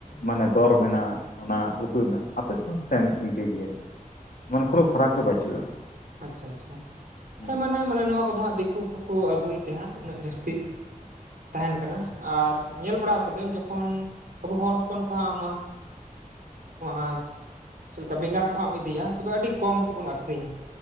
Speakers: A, on the left (about 75°); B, on the right (about 85°).
A: ᱢᱟᱱᱮ ᱫᱚᱨ ᱢᱮᱱᱟᱜ ᱚᱱᱟ ᱩᱛᱩᱭ ᱨᱮᱱᱟᱜ ᱟᱯᱮ ᱥᱮᱱ ᱦᱚᱸ ᱥᱮᱢ ᱤᱱᱠᱟᱹ ᱜᱮᱭᱟ ᱢᱟᱱᱮ ᱠᱳᱱᱳ ᱯᱷᱟᱨᱟᱠ ᱫᱚ ᱵᱟᱹᱪᱩᱜᱼᱟ᱾
B: ᱟᱪᱪᱷᱟ ᱟᱪᱪᱷᱟ
A: ᱦᱩᱸ
B: ᱦᱮᱸ ᱢᱟᱱᱮ ᱢᱟᱱᱮ ᱱᱚᱣᱟ ᱠᱚᱫᱚ ᱦᱟᱸᱜ ᱫᱤᱠᱩ ᱠᱚᱠᱚ ᱟᱹᱜᱩᱭ ᱛᱮ ᱦᱟᱸᱜ ᱩᱱᱟᱹᱜ ᱡᱟᱹᱥᱛᱤ ᱛᱟᱦᱮᱱ ᱠᱟᱱᱟ ᱟᱨ ᱧᱮᱞ ᱵᱟᱲᱟ ᱠᱟᱹᱫᱟᱹᱧ ᱡᱚᱠᱷᱚᱱ ᱟᱵᱚ ᱦᱚᱲ ᱦᱚᱯᱚᱱ ᱠᱚᱦᱟᱜ ᱱᱚᱣᱟ ᱩᱸᱣᱟ ᱟᱹᱥ ᱪᱮᱜ ᱞᱮᱠᱟ ᱵᱮᱸᱜᱟᱲ ᱠᱚ ᱦᱟᱸᱜ ᱟᱢ ᱤᱫᱤᱭᱟ ᱛᱚᱵᱮ ᱟᱹᱰᱤ ᱠᱚᱢ ᱛᱮᱵᱚᱱ ᱟᱠᱷᱨᱤᱧᱟ